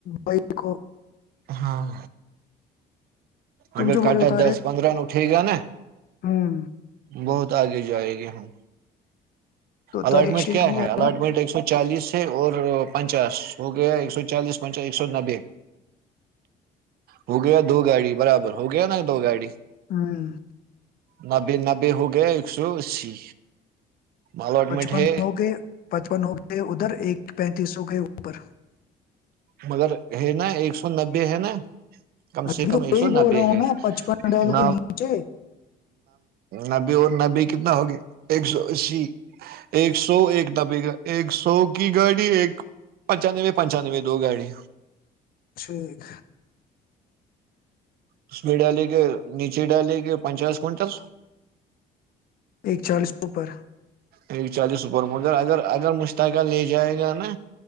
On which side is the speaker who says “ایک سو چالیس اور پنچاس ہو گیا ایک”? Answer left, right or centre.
Right